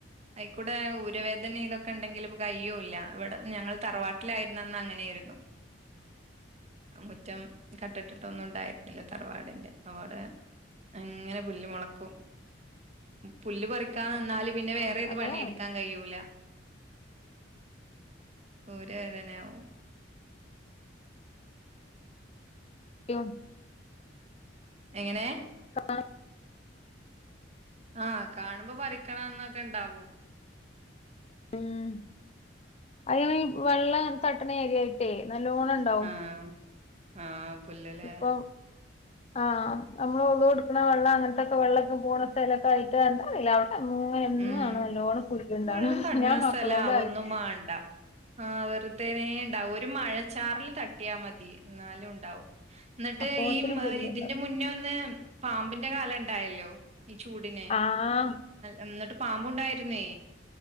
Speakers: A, on the right; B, on the left.
A: അയിക്കൂടെ ഊര് വേദന ഇതൊക്കെ ഉണ്ടെങ്കിൽ നമുക്ക് അയ്യോം ഇല്ല ഇവിടെ ഞങ്ങള് തറവാട്ടിലായിരുന്ന അന്ന് അങ്ങനെയിരുന്നു. മുറ്റം കട്ടട്ടിട്ടൊന്നും ഉണ്ടായിരുന്നില്ല, തറവാടിന്റെ. അവിടെ അങ്ങനെ പുല്ല് മൊളക്കും. പുല്ല് പറിക്കാൻ നിന്നാലും. പിന്നെ
B: ആ
A: വേറെ ഏത്
B: അതേ
A: പണി എടുക്കാൻ
B: മതി
A: കഴിയൂല. ഊര് വേദനയാവും.
B: അയ്യോ
A: എങ്ങനെ?.
B: <unintelligible>
A: ആഹ് കാണുമ്പോ പറിക്കണംന്നൊക്കെ ഇണ്ടാവും.
B: ഉം അത് വെള്ളം തട്ടണ ഏരിയായിട്ടേ നല്ലോണം ഉണ്ടോ.
A: ആഹ് ആഹ് പുല്ലലേ
B: ഇപ്പൊ ആഹ് നമ്മള് ഉളൂ എടുക്കണ വെള്ളം അങ്ങനത്തൊക്കെ വെള്ളൊക്കെ പോണ സ്ഥലൊക്കെ ആയിട്ട് എന്താറീല അങ്ങന എന്നു
A: ഉം
B: ആണ് നല്ലോണം പുല്ലുണ്ടാണ്
A: വെള്ളം തട്ട്ണ
B: ഞാൻ മക്കളോടറയും
A: സ്ഥലം ആവൊന്നും മാണ്ട ആഹ് വെറുതെേനെ ണ്ടാവു ഒരു മഴച്ചാറൽ തട്ടിയാ മതി എന്നാലു ഉണ്ടാവും. എന്നിട്ട്
B: അപ്പോത്തിന്
A: ഈ
B: പുല്ലുണ്ടാവും
A: ഇതിന്റെ മുന്നേ ഒന്ന് പാമ്പിന്റെ കാല ണ്ടായല്ലോ, ഈ ചൂടിന്.
B: ആഹ്
A: എന്നിട്ട് പാമ്പുണ്ടായിരുന്നേ